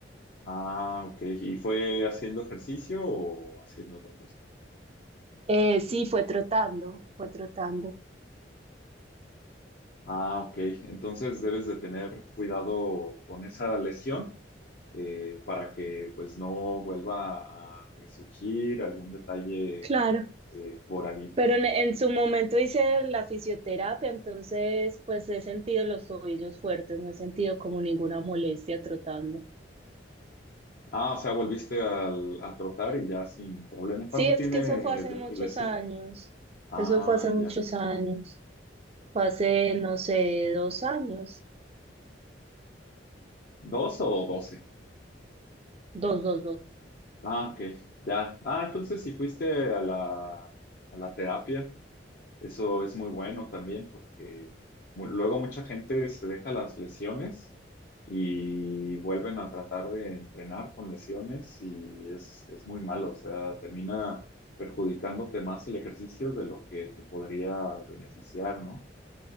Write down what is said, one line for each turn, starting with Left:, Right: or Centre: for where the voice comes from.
Left: Ah, ok. ¿Y fue haciendo ejercicio o haciendo otra cosa?
Right: Eh, sí, fue trotando, fue trotando.
Left: Ah, ok. Entonces debes de tener cuidado con esa lesión eh, para que pues no vuelva a resurgir algún detalle
Right: Claro.
Left: eh, por ahí.
Right: Pero en, en su momento hice la fisioterapia, entonces pues he sentido los tobillos fuertes, no he sentido como ninguna molestia trotando.
Left: Ah, o sea, volviste al- a trotar y ya sin problema.
Right: Sí,
Left: ¿Cuánto
Right: es
Left: tiene
Right: que eso fue hace
Left: de
Right: muchos
Left: tu lesión?
Right: años,
Left: Ah,
Right: eso fue hace muchos
Left: ya,
Right: años, fue hace, no
Left: ya.
Right: sé, dos años,
Left: ¿Dos o doce?
Right: dos, dos, dos.
Left: Ah, ok, ya. Ah, entonces si fuiste a la, a la terapia, eso es muy bueno también porque mu- luego mucha gente se deja las lesiones y vuelven a tratar de entrenar con lesiones y es, es muy malo, o sea, termina perjudicándote más el ejercicio de lo que te podría beneficiar, ¿no?